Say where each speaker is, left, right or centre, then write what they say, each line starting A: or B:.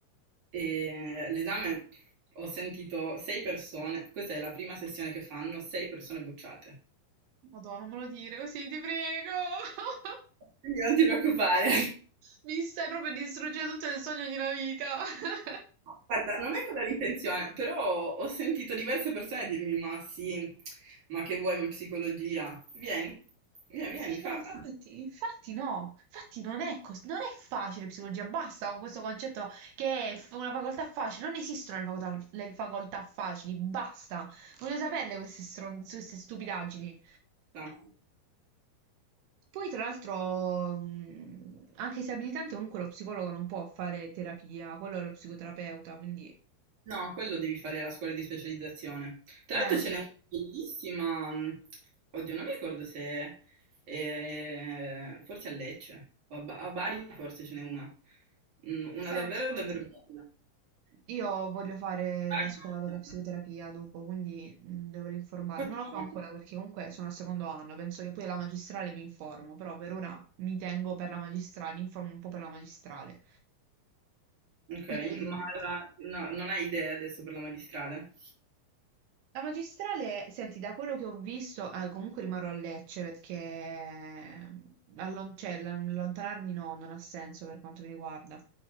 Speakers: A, on the right; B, on the right.
A: E l'esame ho sentito sei persone, questa è la prima sessione che fanno, sei persone bocciate.
B: Madonna, non me lo dire così, ti prego. <laughs>
A: Quindi non ti preoccupare.
B: Mi stai proprio distruggendo tutto il sogno di una vita. <laughs>
A: Guarda, non è quella l'intenzione, però ho sentito diverse persone dirmi: Ma sì, ma che vuoi in psicologia? Vieni, vieni,
B: Sì,
A: vieni, fa,
B: no, infatti, infatti no, infatti non è, cos- non è facile psicologia, basta con questo concetto che è f- una facoltà facile, non esistono le facoltà, le facoltà facili, basta, voglio saperle queste, stron- queste stupidaggini.
A: fa.
B: Poi tra l'altro, mh, anche se è abilitante, comunque lo psicologo non può fare terapia, quello è lo psicoterapeuta, quindi...
A: No, quello devi fare la scuola di specializzazione. Tra
B: Eh.
A: l'altro ce n'è una bellissima, mh, oddio, non mi ricordo se eh, forse a Lecce o a, Ba- a Bari forse ce n'è una. Mm, Una
B: Senti,
A: davvero
B: non
A: davvero
B: lo so. Mm,
A: bella.
B: Io voglio fare
A: Aragonata.
B: la scuola per la psicoterapia dopo, quindi mh, dovrei informarmi.
A: Quattro
B: Non lo so
A: anni.
B: ancora perché comunque sono al secondo anno, penso che poi alla magistrale mi informo, però per ora mi tengo per la magistrale, mi informo un po' per la magistrale.
A: Ok,
B: Quindi vedi.
A: ma la- no, non hai idee adesso per la magistrale?
B: La magistrale, senti, da quello che ho visto, ah, comunque rimarrò a Lecce perché eh, allon- cioè, l- allontanarmi no, non ha senso per quanto mi riguarda.